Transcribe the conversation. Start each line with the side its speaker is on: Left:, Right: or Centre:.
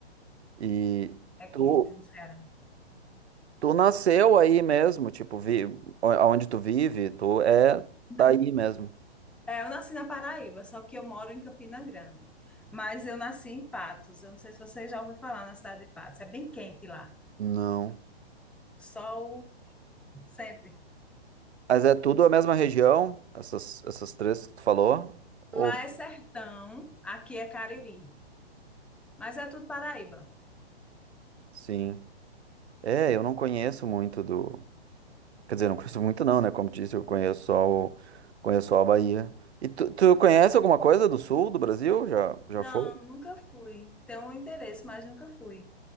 Right: e
Centre: é quente
Right: tu,
Centre: no Ceará.
Right: tu nasceu aí mesmo, tipo, vi, o- aonde tu vive, tu é
Centre: Na-
Right: daí mesmo.
Centre: é, eu nasci na Paraíba, só que eu moro em Campina Grande. Mas eu nasci em Patos. Eu não sei se você já ouviu falar na cidade de Patos. É bem quente lá.
Right: Não.
Centre: Sol sempre.
Right: Mas é tudo a mesma região, essas, essas três que tu falou? Ou...
Centre: Lá é sertão, aqui é Cariri. Mas é tudo Paraíba.
Right: Sim. É, eu não conheço muito do. Quer dizer, não conheço muito não, né? Como disse, eu conheço só o... conheço só a Bahia. E tu, tu conhece alguma coisa do sul do Brasil? Já, já
Centre: Não,
Right: foi?
Centre: nunca fui. Tenho um interesse, mas nunca fui.